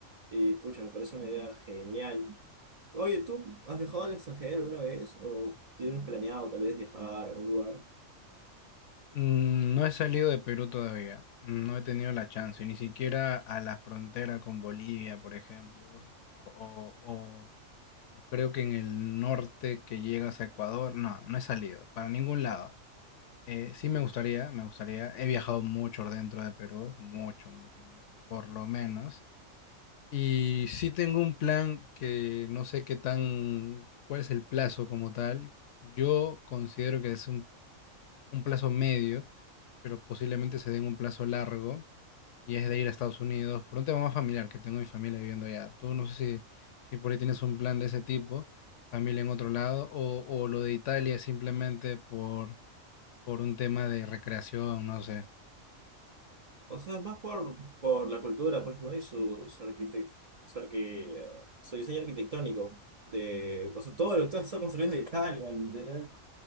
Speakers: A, on the right; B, on the left.
A: Y pucha, me parece una idea genial. Oye, ¿tú has viajado al extranjero alguna vez? ¿O tienes planeado tal vez viajar a algún lugar?
B: Mm, No he salido de Perú todavía, no he tenido la chance, ni siquiera a la frontera con Bolivia, por ejemplo, o, o- o o creo que en el norte que llegas a Ecuador, no, no he salido para ningún lado. Eh, sí me gustaría, me gustaría. He viajado mucho dentro de Perú, mucho, mucho, mucho, por lo menos. Y sí tengo un plan que no sé qué tan, cuál es el plazo como tal. Yo considero que es un un plazo medio, pero posiblemente se den un plazo largo y es de ir a Estados Unidos por un tema más familiar, que tengo mi familia viviendo allá. Tú no sé si, si por ahí tienes un plan de ese tipo, familia en otro lado, o, o lo de Italia es simplemente por, por un tema de recreación, no sé.
A: O sea, es más por, por la cultura, pues, ¿no? Y su, su arquitec- su, arqui- ah, su diseño arquitectónico. De, o sea, todo lo que está construido en Italia, literal.